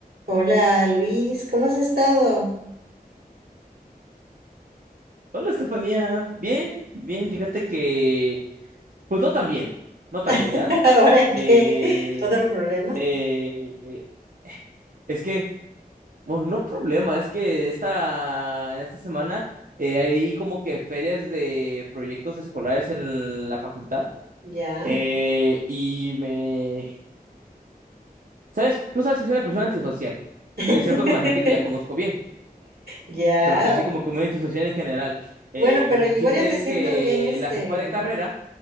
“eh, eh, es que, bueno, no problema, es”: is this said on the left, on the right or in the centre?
Right